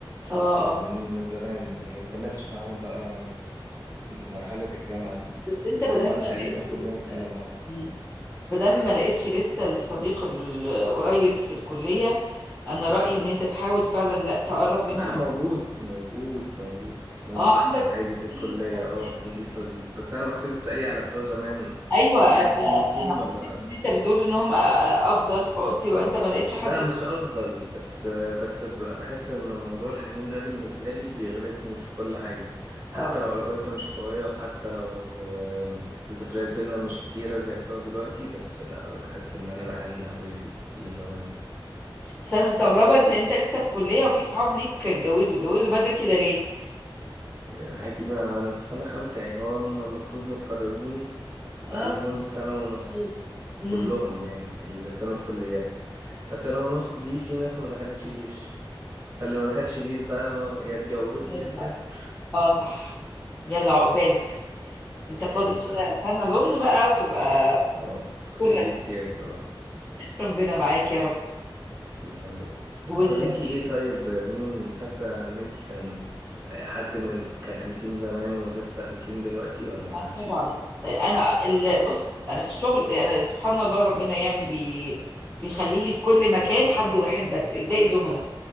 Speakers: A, on the left; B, on the right.
A: اه
B: آه،
A: اه
B: من من زمان يعني مكملتش معاهم بقى مرحلة الجامعة دي
A: بس انت بدل
B: هما تقريبا
A: ما لقيتش
B: كلهم
A: لسه
B: كانوا مع بعض
A: مم. بدل ما لقيتش لسه الصديق القريب في الكلية انا رأيي ان انت تحاول فعلا لا تقرب منهم
B: لا موجود موجود موجود موجود
A: اه عندك
B: عادي
A: صديق
B: في الكلية
A: طب
B: اه
A: حلو
B: عندي
A: جدا
B: صديق بس أنا بحسك بتسألي على بتوع زمان
A: ايوه
B: في
A: اصل
B: أنتيم فيهم
A: انا حسيت
B: ولا لأ
A: ان انت بتقول ان هم افضل فقلت يبقى انت ما لقيتش حد
B: لا مش أفضل بس بس ب- بحس إن موضوع الحنين ده بالنسبة لي بيغلبني في كل حاجة حتى
A: اه
B: لو علاقتنا مش قوية وحتى لو آم، الذكريات بينا مش كتيرة زي بتوع دلوقتي بس لا بحس إن أنا بحن أوي لزمان دي
A: بس انا مستغربة ان انت لسه في كلية وفي صحاب ليك اتجوزوا اتجوزوا بدري كده ليه
B: عادي بقى أنا في سنة خمسة يعني هو هم المفروض متخرجين بقالهم
A: اه
B: سنة ونص
A: طيب. امم
B: كلهم يعني اللي كانوا في كليات فسنة ونص دي في ناس ما دخلتش جيش فاللي ما دخلش جيش ده يا اتجوز
A: خلاص
B: يا
A: بقى
B: سافر
A: اه صح يلا عقبالك انت فاضل
B: يا مسهل
A: كده سنة اظن بقى وتبقى
B: اه فاضل
A: دكتور
B: لي
A: رسم
B: امتياز اه
A: ربنا معاك يا رب
B: يا رب
A: وال
B: طب انتي ايه طيب مين فاكرة ان انتي كان حد من ال- كان انتيم زمان ولسه انتيم دلوقتي ولا ما
A: اه
B: عادش
A: طبعا انا ال... بص انا في الشغل انا سبحان الله ربنا يعني بي... بيخلي لي في كل مكان حد واحد بس الباقي زملاء